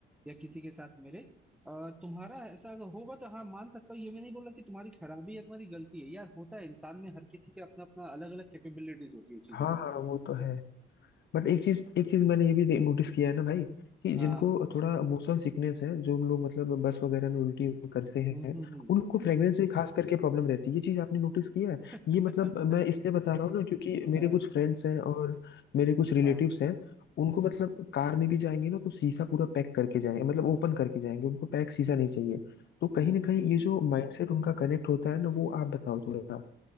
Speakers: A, in the centre; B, on the left.
A: या किसी के साथ मेरे अ, तुम्हारा ऐसा अगर होगा तो हाँ मान सकता हूँ ये मैं नहीं बोल रहा कि तुम्हारी खराबी या तुम्हारी गलती है यार होता है इंसान में हर किसी के अपना अपना अलग अलग कैपेबिलिटीज होती है चीजों
B: हाँ हाँ वो तो है बट एक चीज एक चीज मैंने ये भी नोटिस किया है ना भाई कि
A: का
B: जिनको
A: हाँ
B: थोड़ा मोशन सिकनेस है जो हम लोग मतलब बस वगैरह में उल्टी करते हैं
A: हम्म हम्म
B: उनको फ्रेग्रेंस से खास करके प्रॉब्लम रहती है ये चीज आपने नोटिस किया है
A: हम्म
B: ये मतलब मैं इसलिए बता रहा हूँ ना क्योंकि मेरे
A: <laughs> हाँ
B: कुछ फ्रेंड्स हैं और मेरे कुछ रिलेटिव्स
A: हाँ
B: हैं उनको मतलब कार में भी जाएंगे ना तो शीशा पूरा पैक करके जाएंगे मतलब ओपन करके जाएंगे उनको पैक शीशा नहीं चाहिए तो
A: हम्म
B: कहीं ना कहीं
A: हम्म,
B: ये
A: हम्म।
B: जो माइंडसेट उनका कनेक्ट होता है ना वो आप बताओ थोड़ा